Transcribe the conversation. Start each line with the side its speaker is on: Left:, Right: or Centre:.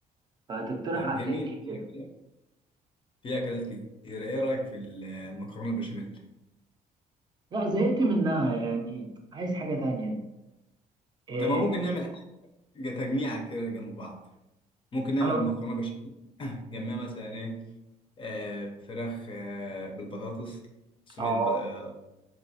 Right: فتقترح
Left: طب
Right: عليا
Left: جميل
Right: ايه
Left: في
Right: كده
Left: أكل- في اكلات كتير ايه رايك في المكرونه البشاميل
Right: لا زهقت منها يعني عايز حاجة تانية إيه
Left: طب ما ممكن نعمل حاجه تجميعه كده جنب بعض ممكن نعمل
Right: انا
Left: مكرونه بشاميل <laughs> <clears throat> جنبها مثلا ايه آه فراخ آه بالبطاطس صينيه
Right: اه
Left: ب... اه